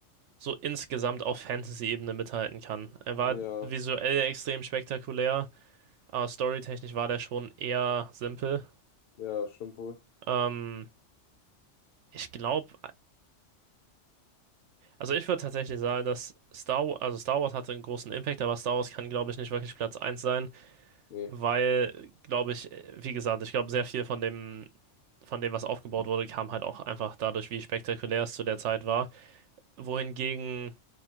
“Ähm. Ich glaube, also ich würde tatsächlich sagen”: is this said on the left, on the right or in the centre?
Right